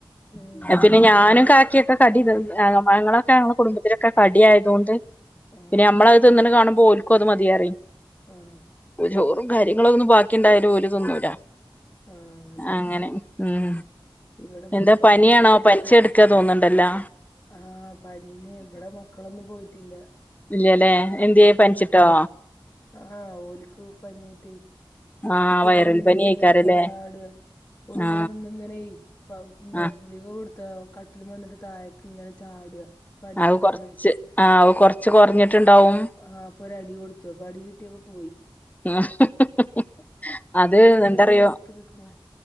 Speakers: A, on the left (about 35°); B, on the left (about 15°).
A: ഉം
B: പിന്നെ ഞാനും ക ഒക്കെ കടി ത് പഴങ്ങളൊക്കെ ഞങ്ങൾടെ കുടുംബത്തിലൊക്കെ കടി ആയതുകൊണ്ട്
A: ആഹ്
B: പിന്നെ നമ്മളത് തിന്ന്ണത് കാണുമ്പോ ഓൽക്കും അത് മതി അറിയും
A: ആഹ്
B: ഒരു കാര്യങ്ങളൊന്നും ബാക്കിണ്ടായാലും ഓല് തിന്നൂലാ
A: ആഹ് അതെ
B: അങ്ങനെ ഉം
A: ഇവിടെ ഇബൽക്കൊക്കെ
B: എന്താ പനിയാണോ
A: ഇണ്ട്
B: പനിച്ചെടുക്കാ തോന്നുണ്ടല്ലാ
A: ആഹ് പനീന് ഇവിടെ മക്കളൊന്നും പോയിട്ടില്ല
B: ഇല്ലാല്ലേ എന്തേയ് പനിച്ചിട്ടോ
A: ഉം ആഹ് ഓലിക്കു പനിയായിട്ടേ
B: ആ
A: ന്നട്ട്
B: വൈറൽ
A: ഇവിടനിന്നങ്ങനെ
B: പനി ആയിക്കാരല്ലേ
A: ചാട് ഒളുവടെ
B: ആ
A: നിന്നങ്ങനെ ഇപ്പ മേ
B: ആ
A: ഗുളിക കൊടുതാ കട്ടില് മെന്നിട്ട് താഴേക്ക് ഇങ്ങനെ ചാട്ആ പനിക്ക്ണോളെ
B: അത് കൊറച്ച് ആ അത് കൊറച്ച് കൊറഞ്ഞിട്ടുണ്ടാവും
A: ആഹ് ഇപ്പൊ ഒരു അടി കൊടുത്തു അപ്പൊ അടി കിട്ടിയ പ്പപോയി
B: <unintelligible> അത്
A: നേരായി
B: എന്താറിയോ
A: ഞാൻ നോക്കി നിക്കണ്